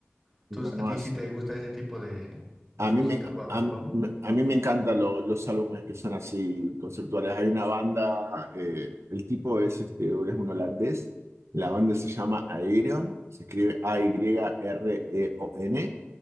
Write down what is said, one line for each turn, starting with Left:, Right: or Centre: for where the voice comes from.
Centre: Entonces,
Right: No, no
Centre: ¿a ti
Right: es-
Centre: sí te gusta ese tipo de, de
Right: a
Centre: música
Right: mí me,
Centre: o álbum?
Right: a, mí me a mí me encantan lo- los álbumes que son así conceptuales. Hay una banda, eh, el tipo es, este, es un holandés, la banda se llama Aerion, se escribe A-Y-R-E-O-N,